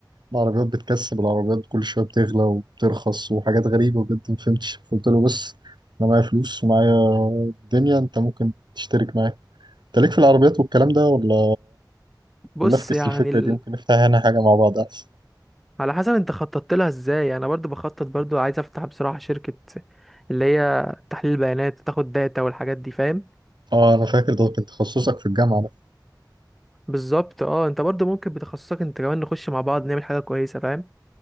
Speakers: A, on the right; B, in the centre.
A: العربيات بتكسب العربيات كل شوية بتغلى وبترخص وحاجات غريبة بجد ما فهمتش فقلت له بس أنا معايا فلوس ومعايا الدنيا أنت ممكن تشترك معايا أنت ليك في العربيات والكلام ده ولا
B: بص
A: ولا أفكس
B: يعني
A: الفكرة
B: ال...
A: دي ممكن نفتحها هنا حاجة مع بعض أحسن
B: على حسب انت خططت لها ازاي انا برضو بخطط برضو عايز افتح بصراحة شركة اللي هي تحليل بيانات تاخد داتا والحاجات دي فاهم
A: أه أنا فاكر ده كان تخصصك في الجامعة ده
B: بالظبط اه انت برضو ممكن بتخصصك انت كمان نخش مع بعض نعمل حاجة كويسة فاهم